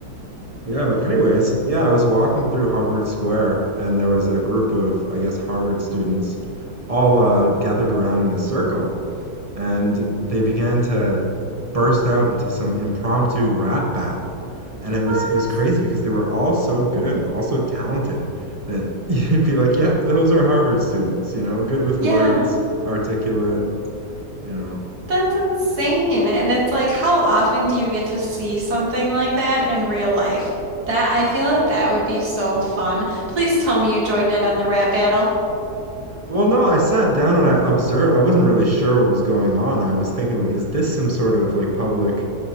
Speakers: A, on the right; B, on the right.
A: yeah. But anyways, yeah, I was walking through Harvard Square, and there was a group of, I guess, Harvard students all uh, gathered around in a circle. and they began to burst out into some impromptu rap battle. And it
B: What?
A: was it was crazy because they were all so good and all so talented that <laughs> you'd be like, yeah, those are Harvard students, you know, good with
B: Yeah.
A: words, articulate, you know."
B: That's insane. And it's like, how often do you get to see something like that in real life? That I feel like that would be so fun. Please tell me you joined in on the rap battle.
A: Well, no, I sat down and I observed. I wasn't really sure what was going on. I was thinking like, is this some sort of like public